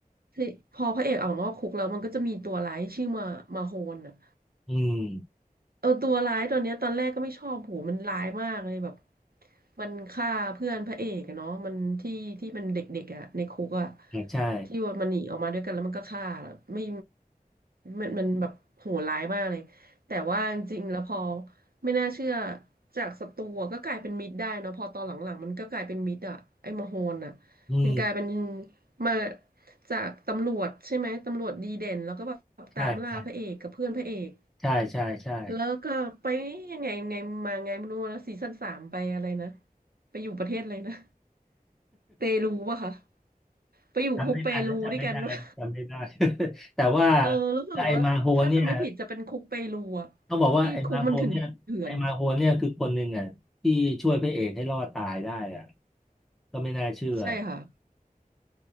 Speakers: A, on the right; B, in the centre.
A: ที่พอพระเอกออกนอกคุกแล้วมันก็จะมีตัวร้ายชื่อมามาโฮนอะ
B: อืม
A: เออตัวร้ายตัวเนี้ยตอนแรกก็ไม่ชอบโหมันร้ายมากเลยแบบมันฆ่าเพื่อนพระเอกอะเนาะมันที่ที่มันเด็กๆอะในคุกอะ
B: ครับใช่
A: ที่ว่ามันหนีออกมาด้วยกันแล้วมันก็ฆ่าไม่มันมันแบบโหดร้ายมากเลยแต่ว่าจริงๆแล้วพอไม่น่าเชื่อจากศัตรูอะก็กลายเป็นมิตรได้เนาะพอตอนหลังๆมันก็กลายเป็นมิตรอะไอ้มโหนอะ
B: อืม
A: มันกลายเป็นมาจากตำรวจใช่ไหมตำรวจดีเด่นแล้วก็แบบตามล่าพระเอกกับเพื่อนพระเอก
B: ใช่ใช่ใช่ใช่ใช่
A: แล้วก็ไปยังไงไงมาไงไม่รู้นะซีซั่นสามไปอะไรนะไปอยู่ประเทศอะไรนะเปรูป่ะคะไปอยู่คุกเปรูด้วยกันวะ
B: จำไม่ได้นะจำไม่ได้นะจำไม่ได้ <laughs> แต่ว่า
A: <laughs> เออรู้สึกว่าถ้าจะไม่ผิดจะเป็นคุกเปรูอะที่คุกมันเถื่อน
B: ไอ้มาโฮนเนี่ยต้องบอกว่าไอ้มาโฮนเนี่ยไอ้มาโฮนเนี่ยคือคนหนึ่งอ่ะที่ช่วยพระเอกให้รอดตายได้อ่ะก็ไม่น่าเชื่อ
A: ๆใช่ค่ะ